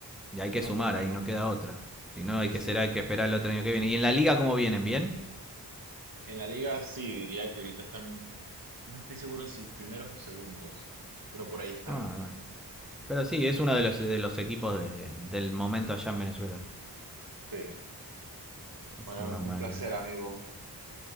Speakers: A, in the centre; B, on the right.
A: y hay
B: si
A: que
B: no,
A: sumar,
B: pues bueno,
A: ahí no queda otra. Si no,
B: sí,
A: hay que
B: sí.
A: será, hay que esperar el otro año que viene. ¿Y en la liga cómo vienen? ¿Bien?
B: En la Liga sí, diría que ahorita están, no estoy seguro si primeros o segundos, pero por ahí están,
A: Ah, bueno. Pero sí, es uno de los, de los equipos de- del momento allá en Venezuela.
B: sí.
A: Así
B: Bueno,
A: que mamá
B: un placer,
A: mía.
B: amigo.